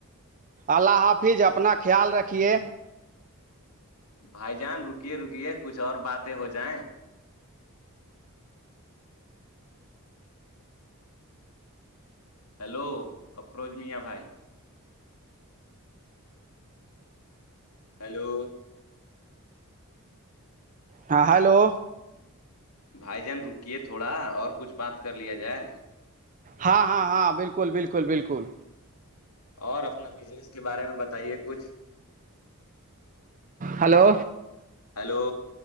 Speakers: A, on the right; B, on the left.
A: اللہ حافظ اپنا خیال رکھیے
B: بھائی جان رکیے رکیے کچھ اور باتیں ہو جائیں ہیلو افروج میاں بھائی ہیلو
A: ہاں ہلو
B: بھائی جان رکیے تھوڑا اور کچھ بات کر لیا جائے
A: ہاں ہاں ہاں بالکل بالکل بالکل
B: اور اپنا بزنس کے بارے میں بتائیے کچھ
A: ہلو
B: ہیلو